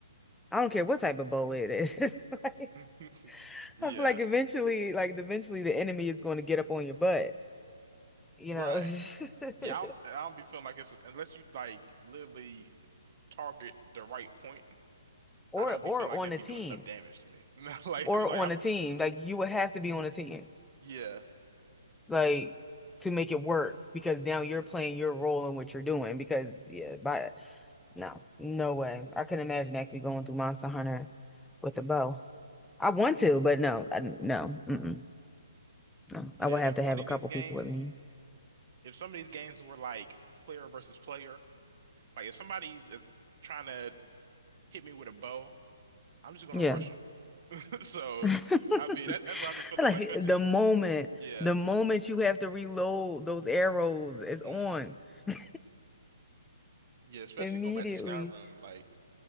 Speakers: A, in the centre; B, on the right (about 40°).
A: I don't care what type of bow it is. <laughs> Like,
B: <laughs> Yeah,
A: I feel like eventually, like eventually the enemy is going to get up on your butt, you
B: right.
A: know. <laughs>
B: Yeah, I don't, I don't be feeling like it's unless you like literally target the right point.
A: Or
B: I don't
A: or
B: be feeling like
A: on
B: it'd
A: a
B: be
A: team.
B: doing enough damage to me. <laughs> Like
A: Or
B: it's like
A: on
B: I'm
A: a team. Like you would have to be on a team.
B: yeah.
A: like to make it work because now
B: Mhm.
A: you're playing your role in what you're doing because yeah, by no, no way. I couldn't imagine actually going through Monster Hunter with
B: Mhm.
A: a bow. I want to, but no, I, no, mm-mm, no.
B: Yeah,
A: I would
B: and
A: have
B: if
A: to
B: one
A: have
B: of
A: a couple
B: these games,
A: people with me.
B: if some of these games were like player versus player, like if somebody's uh, trying to hit me with a bow, I'm just gonna
A: Yeah.
B: rush them. <laughs> So
A: <laughs>
B: I mean that that's what I be feeling
A: Like
B: like, especially
A: the moment,
B: yeah,
A: the moment you have to reload those arrows is on
B: mm,
A: <laughs>
B: yeah, especially
A: immediately.
B: going back to Skyrim, like.